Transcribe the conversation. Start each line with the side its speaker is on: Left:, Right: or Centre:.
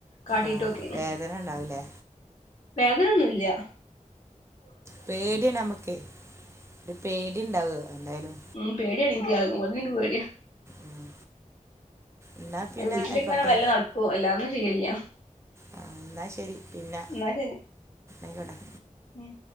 Left: കാട്ടിട്ടൊക്കേണ്
Right: ആഹ് വേദന ണ്ടാവുല്ലേ?
Left: വേദനന്നൂല്യ
Right: പേടിയാ ഞമ്മക്ക് ഒരു പേടി ഉണ്ടാവോ എന്തായാലും.
Left: ഉം പേടിയാണിൻക്ക് എളകുംമ്പോത്തിന് ഇന്ക് പേടിയാ.
Right: ഉം. എന്നാ പിന്നെ
Left: അയിന് വീട്ടിലിങ്ങനെ
Right: ആയിക്കോട്ടെ
Left: വെല്ലേ നടക്കും അല്ലാതൊന്നും ചെയ്യലില്ലാ.
Right: ആ ന്നാ ശരി. പിന്നെ
Left: ന്നാ ശരി
Right: ആയിക്കോട്ടെ
Left: ഉം